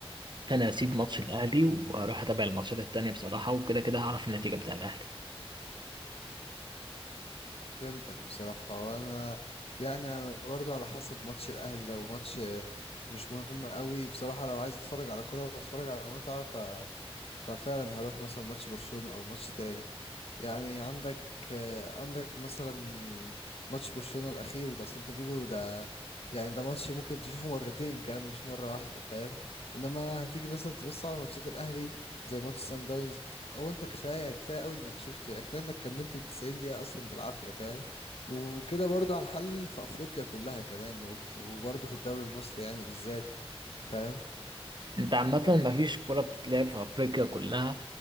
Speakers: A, on the right; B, on the left.
A: انا هسيب ماتش
B: مم.
A: الاهلي واروح اتابع الماتشات التانية بصراحة وكده كده هعرف النتيجة بتاع الاهلي
B: فهمتك بصراحة وانا يعني انا برضو على حسب ماتش الاهلي لو ماتش مش مهم قوي بصراحة لو عايز اتفرج على كرة واتفرج على متعة ففعلا هروح مثلا ماتش برشلونة او ماتش تاني يعني عندك آه، عندك مثلا ماتش برشلونة الاخير بتاع سيلتا فيجو ده يعني ده ماتش ممكن تشوفه مرتين كمان مش مرة واحدة فاهم انما هتيجي مثلا تبص على ماتشات الاهلي زي ماتش سان داونز هو انت كفاية كفاية قوي انك شفته يعني كفاية انك كملت التسعين دقيقة اصلا بالعافية فاهم وكده برضو على الحل في افريقيا كلها كمان وف- وبرضو في الدوري المصري يعني بالذات فاهم
A: انت عامة مفيش كرة بتتلعب في افريقيا كلها